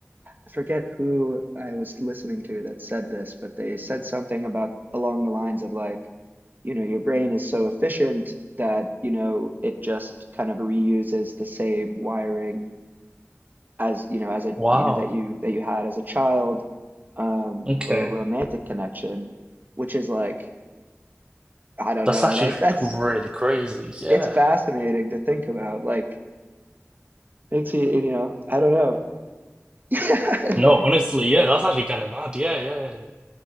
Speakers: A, on the right (about 40°); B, on the right (about 20°).
A: I forget who I was listening to that said this, but they said something about along the lines of like, you know, your brain is so efficient that, you know, it just kind of reuses the same wiring as, you know, as a,
B: Wow.
A: you know, that you that you had as a child um
B: Okay.
A: for romantic connection, which is like, I don't
B: That's
A: know,
B: actually
A: like that's
B: really crazy. Yeah.
A: it's fascinating to think about. Like makes you, you know, I don't know. <laughs> Yeah, anyway.
B: No, honestly, yeah, that's actually kind of mad. Yeah, yeah.